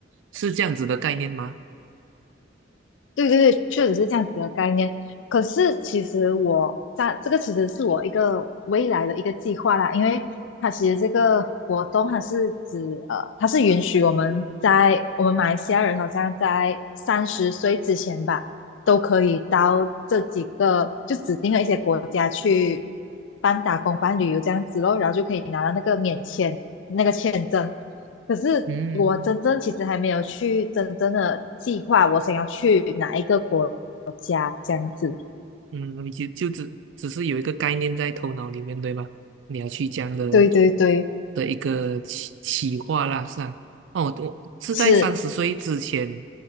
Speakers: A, on the right; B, on the left.
A: 是这样子的概念吗？
B: 对对对，确实是这样子的概念。可是其实我在这个其实是我一个未来的一个计划啦，因为它其实这个活动它是指呃，它是允许我们在我们马来西亚人好像在三十岁之前吧，都可以到这几个就指定的一些国家去办打工、办旅游这样子咯，然后就可以拿到那个免签那个签证。可是我真正其实还没有去真正的计划，
A: 嗯
B: 我想要去哪一个国家这样子。
A: 嗯，你就就只只是有一个概念在头脑里面，对吧？你要去这样的
B: 对对对，
A: 的一个企企划啦，是啊。哦，我是在三十岁之前
B: 是，